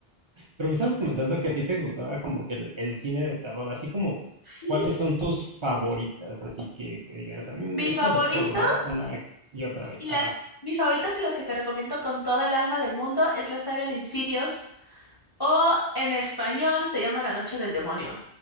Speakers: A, on the right (about 40°); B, on the left (about 30°).
A: Pero me estabas comentando que a ti te gustaba como que el, el cine de terror, así como,
B: Sí,
A: ¿cuáles son tus favoritas? Así que, que digas, "Mm,
B: mi
A: estas
B: favorito
A: las puedo ver una y otra vez.
B: y
A: Ajá.
B: las, mis favoritas y las que te recomiendo con toda el alma del mundo es la saga de Insidious o en español se llama La Noche del Demonio.